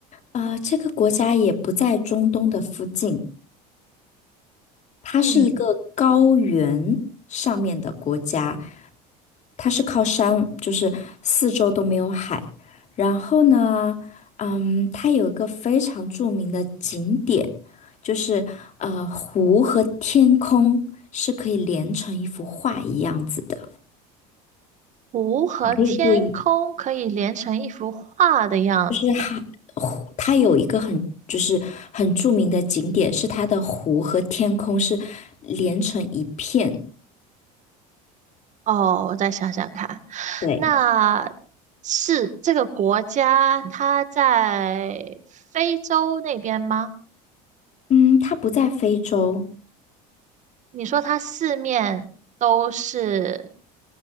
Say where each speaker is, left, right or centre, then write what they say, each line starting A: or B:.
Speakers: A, on the left; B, on the right.
A: 啊、这个国家也不在中东的附近，它是一个高原上面的国家，
B: 嗯，
A: 它是靠山，就是四周都没有海。然后呢，嗯，它有一个非常著名的景点，就是呃，湖和天空是可以连成一幅画一样子的。
B: 湖和天空可以连成一幅画的样子。
A: 你可以注意。就是海湖，它有一个很就是很著名的景点，是它的湖和天空是连成一片。
B: 哦，我再想想看，
A: 对，
B: 那是这个国家它在非洲那边吗？
A: 嗯，它不在非洲，
B: 你说它四面都是